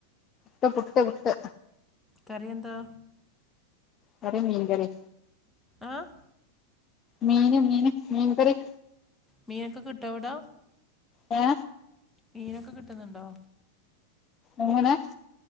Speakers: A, on the left (about 30°); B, in the centre.
A: പുട്ട് പുട്ട് പുട്ട്
B: കറി എന്താ
A: കറി മീൻകറി
B: ആഹ്
A: മീന് മീന് മീൻകറി
B: മീനൊക്കെ കിട്ടോഅവ്ടാ
A: ഏ
B: മീനൊക്കെ കിട്ട്ന്ന്ണ്ടോ
A: എങ്ങനെ